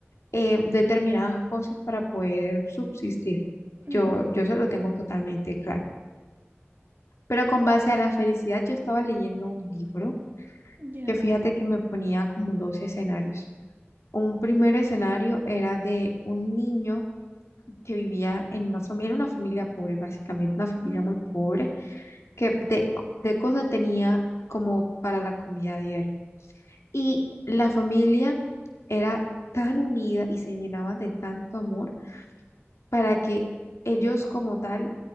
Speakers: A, on the left; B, on the right.
A: eh, determinadas cosas para poder subsistir.
B: ujú,
A: Yo, yo eso lo tengo totalmente claro. Pero con base a la felicidad yo estaba leyendo un libro
B: Ya.
A: que fíjate que me ponía como dos escenarios. Un primer escenario era de un niño que vivía en una familia, era una familia pobre básicamente, una familia
B: Ujú,
A: muy pobre que de, de cosas tenía como para la comida diaria. Y la familia era tan unida y se llenaba de tanto amor para que ellos como tal,